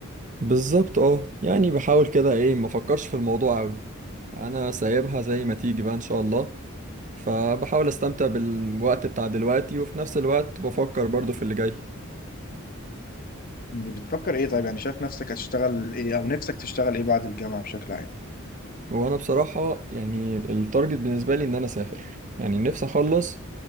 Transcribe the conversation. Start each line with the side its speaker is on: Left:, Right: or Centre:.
Right: بالظبط اه يعني بحاول كده ايه ما افكرش في الموضوع قوي انا سايبها زي ما تيجي بقى ان شاء الله فبحاول استمتع بالوقت بتاع دلوقتي وفي نفس الوقت بفكر برضو في اللي جاي
Left: بتفكر ايه طيب يعني شايف نفسك هتشتغل ايه او نفسك تشتغل ايه بعد الجامعة بشكل عام
Right: وانا بصراحة يعني التارجت بالنسبة لي ان انا اسافر يعني نفسي اخلص